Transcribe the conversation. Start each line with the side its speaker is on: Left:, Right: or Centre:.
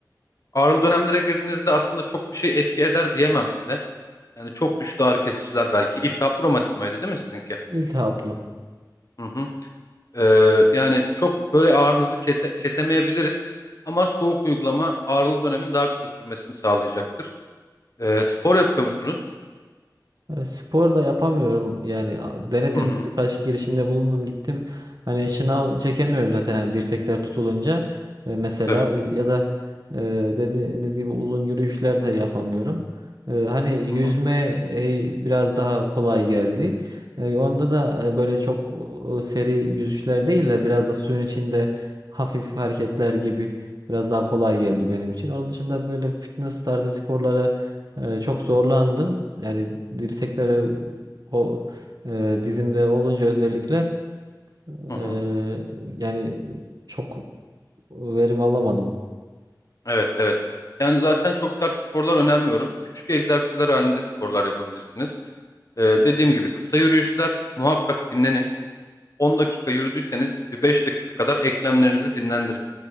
Left: Ağrılı dönemlere girdiğinizde aslında çok bir şey etki eder diyemem size. Yani çok güçlü ağrı kesiciler belki. İltihaplı romatizmaydı değil mi sizinki?
Right: İltihaplı.
Left: Hı hı. E, yani çok böyle ağrınızı kese- kesemeyebiliriz. Ama soğuk uygulama ağrılı dönemin daha kısa sürmesini sağlayacaktır. E, spor yapıyor musunuz?
Right: E, Spor da yapamıyorum yani a- denedim
Left: Hı hı.
Right: birkaç girişimde bulundum gittim hani şınav çekemiyorum zaten hani dirsekler tutulunca E, mesela
Left: Tabii.
Right: e, ya da e, dediğiniz gibi uzun yürüyüşler de yapamıyorum. E, hani yüzme
Left: Hı hı.
Right: e, biraz daha kolay geldi. E, onda da e, böyle çok e, seri yüzüşler değil de biraz da suyun içinde hafif hareketler gibi biraz daha kolay geldi benim için. Onun dışında böyle fitness tarzı sporlara ee, çok zorlandım. Yani dirsekleri o e, dizimde olunca özellikle
Left: Hı hı.
Right: e, yani çok verim alamadım.
Left: Evet, evet. Yani zaten çok sert sporlar önermiyorum. Küçük egzersizler halinde sporlar yapabilirsiniz. Ee, dediğim gibi kısa yürüyüşler muhakkak dinlenin. 10 dakika yürüdüyseniz bir 5 dakika kadar eklemlerinizi dinlendirin.